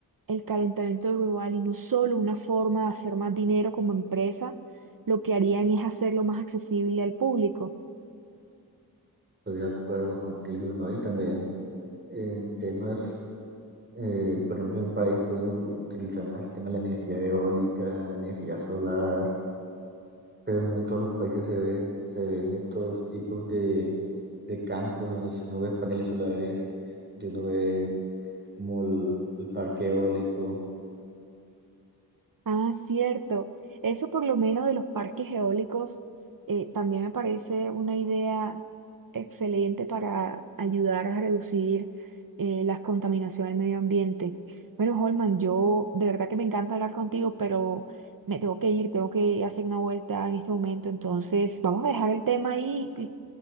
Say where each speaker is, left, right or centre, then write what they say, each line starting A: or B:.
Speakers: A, on the right (about 60°); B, on the right (about 30°).
A: el calentamiento global y no solo una forma de hacer más dinero como empresa, lo que harían es hacerlo más accesible al público.
B: Estoy de acuerdo contigo, ¿no? Y también en temas, eh, por ejemplo, en un país pueden utilizar más el tema de la energía eólica, energía solar, pero no en todos los países se ve, se ven estos tipos de, de campos donde uno ve paneles solares, donde uno ve como el, el parque eólico.
A: Ah, cierto. Eso por lo menos de los parques eólicos eh, también me parece una idea excelente para ayudar a reducir eh, las contaminaciones del medio ambiente. Bueno, Holman, yo de verdad que me encanta hablar contigo, pero me tengo que ir, tengo que hacer una vuelta en este momento. Entonces, vamos a dejar el tema ahí y,